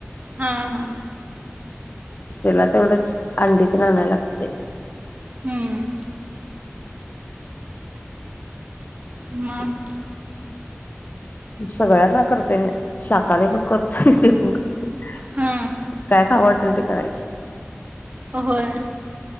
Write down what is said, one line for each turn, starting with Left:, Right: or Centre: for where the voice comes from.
Right: हा हा
Left: तिला ते तेवढंच अंडीत तर आणायला लागते
Right: हम्म
Left: <inaudible>
Right: मग
Left: सगळ्यांना करते मी शांहाकाारी पण करत मी ते पण करतोय
Right: हां
Left: काय खाऊ वाट ते करायचं
Right: होय